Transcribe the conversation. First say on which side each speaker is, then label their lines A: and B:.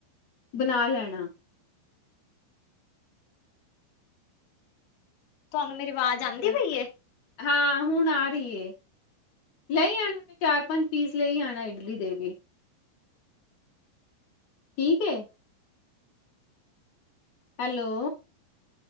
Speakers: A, on the left; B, on the left.
A: ਬਨਾ ਲੈਣਾ।
B: ਤੁਹਾਨੂੰ ਮੇਰੀ ਆਵਾਜ਼ ਆੰਦੀ
A: ਫੇਰ
B: ਪਈ ਏ
A: ਹਾਂ, ਹੁਣ ਆ ਰਹੀ ਏ ਲਈ ਆਨਾ ਅਪਨਾ ਚਾਰ ਪੰਜ ਪੀਸ ਲਈ ਆਨਾ ਇਡਲੀ ਦੇ ਠੀਕ ਏ। ਹੈਲੋ।